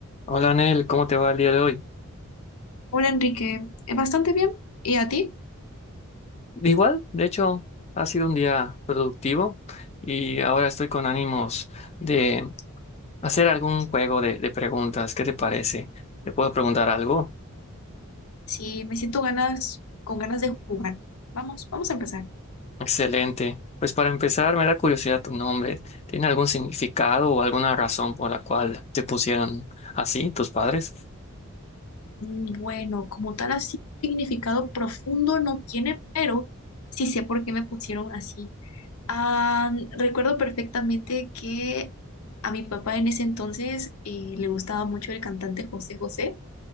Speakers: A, on the left; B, on the left.
A: Hola, Anel, ¿cómo te va el día de hoy?
B: Hola Enrique, Eh, bastante bien. ¿Y a ti?
A: Igual, de hecho, ha sido un día productivo y ahora estoy con ánimos de hacer algún juego de, de preguntas. ¿Qué te parece? ¿Te puedo preguntar algo?
B: Sí, me siento ganas, con ganas de jugar. Vamos, vamos a empezar.
A: Excelente. Pues para empezar, me da curiosidad tu nombre. ¿Tiene algún significado o alguna razón por la cual te pusieron así tus padres?
B: Mm, Bueno, como tal así, significado profundo no tiene, pero sí sé por qué me pusieron así. Ah, recuerdo perfectamente que a mi papá en ese entonces eh, le gustaba mucho el cantante José José.